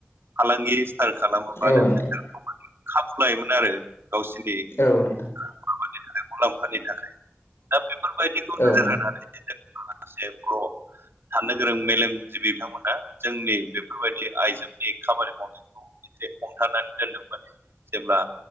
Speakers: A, on the right (about 70°); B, on the left (about 85°).
A: फालांगि फोर खालामोबानो
B: औ नोंथां
A: <unintelligible> खाबु लायोमोन आरो गावसिनि
B: औ नोंथां
A: माबानि थाखाय मुलाम्फानि थाखाय दा बि फोरबायदिखौ
B: औ
A: नोजोर
B: नोंथां
A: होनानै आसे ब्र साननो गोरों मेलेमजिबि बिथांमोना जोंनि बेफोरबायदि आइजोनि खामानि मावनायखौ एसे हमथानानै दोनदोंमोन जेब्ला